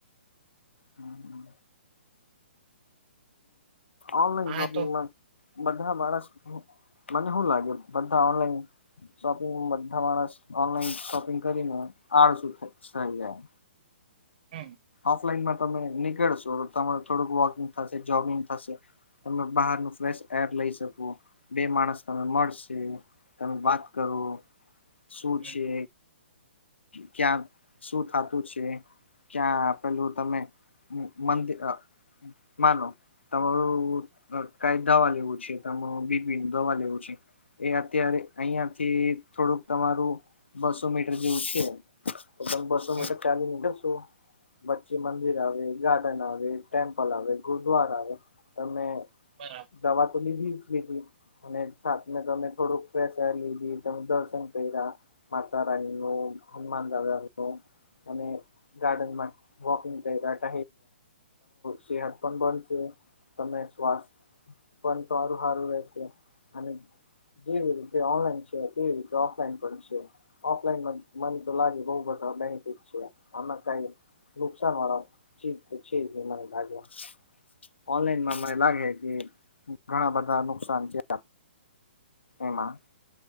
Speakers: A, on the left; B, on the right.
A: હમ, હમ. ઓનલેઈન
B: આ
A: શાપિંગમાં.
B: તો
A: બધા માણ મને શું લાગે, બધા ઓનલાઈન શોપિંગ બધા માણસ ઓનલાઈન શોપિંગ કરીને, આડ શું થઈ જાય.
B: હમ.
A: ઓફલાઈનમાં તમે નીકળશો, તમારું થોડુંક વોકિંગ થશે જોગિંગ થશે. તમે બહાર ન ફ્રેશ એર લઈ શકો, બે માણસ તમે મળશે. તમે વાત કરો. શું
B: હમ
A: છે? ક્યાં શું થતું છે? ક્યાં પેલું તમે મંદિ માનો. તમારું કઈ દવા લેવું છે, તમારું બીપી નું દવા લેવું છે. એ અત્યારે અહિયાંથી થોડુંક તમારું બસો મીટર જેવું છે. તો બસો
B: હમ
A: ચાલીશ. બચ્ચી મંદિર આવે, ગાર્ડન આવે, ટેમ્પલ આવે, ગુરુદ્વાર આવે તમે
B: બરાબર.
A: દવા તો લીધી. અને સામે તમે થોડુંક ફસા લીધી, તમે દર્શન કર્યા. માતારાણીનું, હનુમાન દાદા નું, અને ગાર્ડન વોકિંગ ક રાટ સેહત પણ બનશે. તમે શ્વાસ પણ સારું સારું રહેશે, અને જેવી રીતે ઓનલાઈન છે, હતીવી રીતે ઓફલાઈન પણ છે. ઓફલાઈન મને તો લાગે, બઉ બધા બેનિફિટ છે, આમાં કઈ નુકસાન વાળા છે, તો છે ભાગ્યા. ઓનલાઈનમાં મને લાગે કે ઘણા બધા નુકસાન છે. એમાં